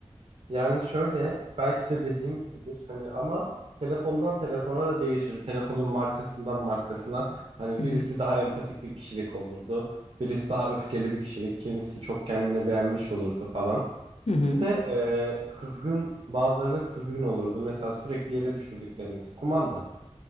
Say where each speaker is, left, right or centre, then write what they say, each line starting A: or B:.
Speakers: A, on the right; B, on the left.
A: Yani şöyle belki de dediğin gibidir hani ama telefondan telefona da değişir. Telefonun markasından markasına hani
B: Hı
A: birisi
B: hı.
A: daha empatik bir kişilik olurdu. Birisi daha öfkeli bir kişilik. Kimisi çok kendine beğenmiş olurdu falan.
B: Hı hı.
A: Bir de e, kızgın bazıları da kızgın olurdu. Mesela sürekli yere düşürdüklerimiz kumanda.